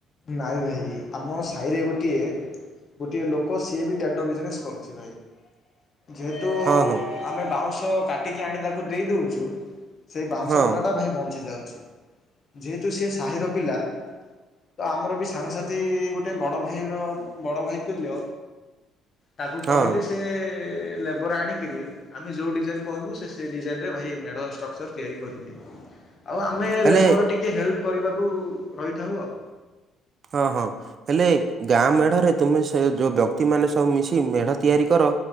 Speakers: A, on the left; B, on the right.
A: ନାଇ ଭାଇ ଆମ ସାହିରେ ଗୋଟିଏ ଗୋଟିଏ ଲୋକ ସିଏ ବି ଟେଣ୍ଡ ବିଜନେସ୍ କରୁଛି ଭାଇ ଯେହେତୁ
B: ହଁ ହଁ
A: ଆମେ ବାଉଁଶ କାଟିକି ଆଣି ତାକୁ ଦେଇଦଉଛୁ ସେ ବାଉଁଶ
B: ହଁ
A: ବଡ଼ାଟା ଭାଇ ବଞ୍ଚି ଯାଉଛି ଯେହେତୁ ସିଏ ସାହିର ପିଲା ତ ଆମର ବି ସାଙ୍ଗସାଥି ଗୋଟେ ବଡ଼ ଭାଇର ବଡ଼ ଭାଇ ତୁଲ୍ୟ। ତାକୁ
B: ହଁ
A: କହିଲେ ସେ ଲେବର ଆଣିକିରି। ଆମେ ଯେଉଁ ଡିଜାଇନ୍ କହିବୁ ସେ ସେ ଡିଜାଇନ୍ରରେ ଭାଇ ମେଢ଼ ଷ୍ଟ୍ରକ୍ଚର ତିଆରି କରିଦିଏ। ଆଉ ଆମେ
B: ହେଲେ
A: ଲେବର ଟିକେ ହେଲ୍ପ କରିବାକୁ ରହିଥାଉ ଆଉ।
B: ହଁ ହଁ। ହେଲେ ଗାଁ ମେଢରେ ତୁମେ ସେ ଯୋଉ ବ୍ୟକ୍ତି ମାନେ ସବୁ ମିଶି ମେଢ ତିଆରି କର